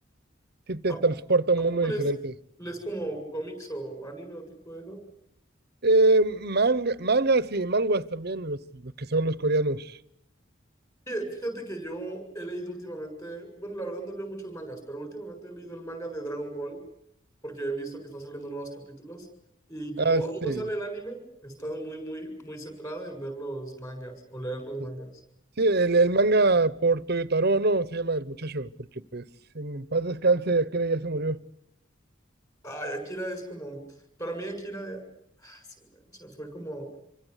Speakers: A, on the right; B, on the left.
A: sí te
B: ¿A
A: transporta
B: poco,
A: a
B: a
A: un mundo
B: poco
A: diferente.
B: lees, lees como cómics o anime o tipo de eso?
A: Eh, manga- mangas y manguas también, los, los que son los coreanos.
B: Oye, Fíjate que yo he leído últimamente, bueno, la verdad no leo muchos mangas, pero últimamente he leído el manga de Dragon Ball porque he visto que están saliendo nuevos capítulos y como
A: Ah, sí.
B: aún no sale el anime, he estado muy, muy, muy centrado en ver los mangas o leer los
A: Sí,
B: mangas.
A: Sí, el, el manga por Toyotaro, ¿no? Se llama el muchacho, porque pues en paz descanse, aquel ya se murió.
B: Ay, Akira es como, para mí Akira, ah, su mecha, fue como